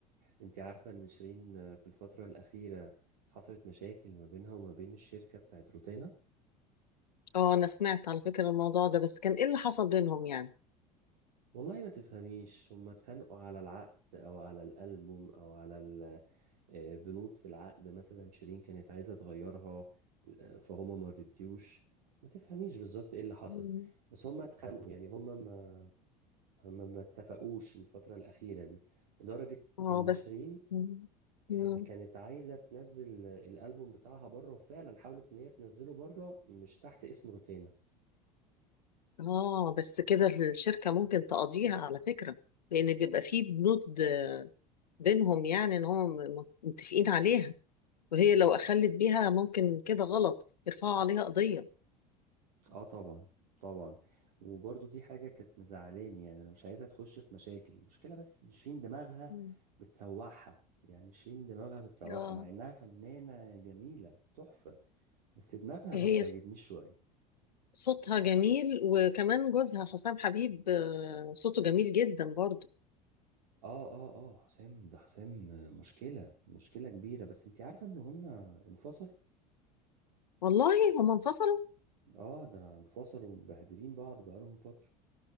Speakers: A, on the right; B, on the left.
A: انت عارفة ان شيرين آه، في الفترة الاخيرة حصلت مشاكل ما بينها وما بين الشركة بتاعت روتانا
B: اه انا سمعت على فكرة الموضوع ده بس كان ايه اللي حصل بينهم يعني
A: والله ما تفهميش هم اتخانقوا على العقد او على الالبوم او على آه، بنود في العقد مثلا شيرين كانت عايزة تغيرها آه، فهما ما رضيوش ما تفهميش بالظبط ايه اللي حصل
B: مم.
A: بس هما اتخانقوا يعني هما ما هما ما اتفقوش الفترة الأخيرة دي لدرجة
B: اه
A: إن
B: بس
A: شيرين
B: مم.
A: آه،
B: مم.
A: كانت عايزة تنزل الألبوم بتاعها بره وفعلا حاولت إن هي تنزله بره مش تحت اسم روتانا
B: اه بس كده الشركة ممكن تقضيها على فكرة لأن بيبقى فيه بنود بينهم يعني إن هم م- متفقين عليها وهي لو أخلت بيها ممكن كده غلط يرفعوا عليها قضية
A: اه طبعا طبعا وبرضو دي حاجة كانت مزعلاني يعني انا مش عايزها تخش في مشاكل المشكلة بس ان شيرين دماغها
B: مم.
A: بتسوحها يعني شيرين دماغها بتسوحها
B: اه
A: مع انها فنانة جميلة تحفة بس دماغها
B: هي
A: ما بتعجبنيش
B: ص-
A: شوية
B: صوتها جميل وكمان جوزها حسام حبيب آه، صوته جميل جدا برضو
A: اه اه اه حسام ده حسام مشكلة مشكلة كبيرة بس انتي عارفة ان هما انفصلوا
B: والله هم انفصلوا
A: اه ده انفصلوا مبهدلين بعض بقالهم فترة